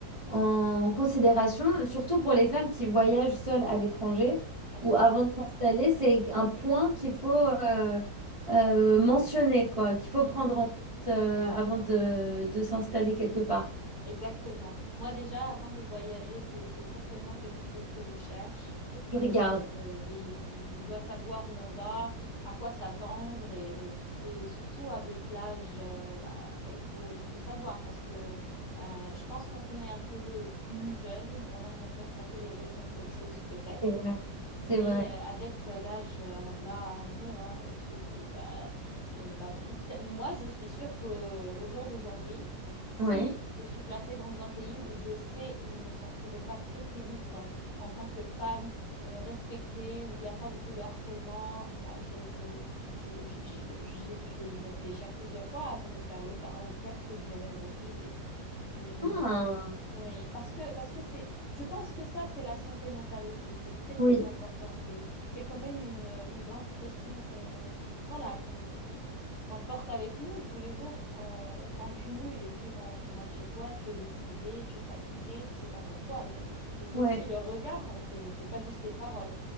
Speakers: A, on the right (about 35°); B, on the left (about 50°).
A: en, en considération, surtout pour les femmes qui voyagent seules à l'étranger
B: Absolument.
A: ou avant de s'installer. C'est un point qu'il faut euh, euh, mentionner, quoi, qu'il faut
B: Mhm.
A: prendre en compte euh, avant de, de s'installer quelque part.
B: Exactement. Moi, déjà, avant de voyager, c'est, c'est certainement quelque chose que je cherche
A: Je
B: euh,
A: regarde,
B: parce que, oui, on, on doit savoir où on va, à quoi s'attendre et, et surtout avec l'âge, euh, bah, fait, il faut, il faut savoir parce que euh, je pense quand on est un peu plus jeune, on a tendance à tolérer certaines choses peut-être.
A: c'est vrai,
B: Mais
A: c'est vrai.
B: euh, avec euh, l'âge, euh, alors là, non, hein, on se dit, bah, euh, bah, peut- peut-être- moi, je suis sûre que au jour d'aujourd'hui, si
A: Ouais.
B: je suis placée dans un pays où je sais, je me sentirai pas très très libre euh, en tant que femme euh, respectée, où il n'y a pas beaucoup de harcèlement, bah, je, je, je, je, je- j'y- je vais y réfléchir plusieurs fois avant de faire le pas, ou peut-être que je vais même refuser. Mmh.
A: Ah,
B: Oui, parce que parce que c'est, je pense que ça, c'est la santé mentale aussi. C'est très très
A: oui,
B: important. C'est c'est quand même une, euh, une grande pression qu'on voilà qu'on qu'on porte avec nous tous les jours, qu'on qu'on cumule. Et puis quand tu rentres chez toi, tu es lessivé, tu es fatigué, tu sais pas pourquoi. Mais mais c'est
A: ouais.
B: aussi le regard. C'est c'est pas juste les paroles.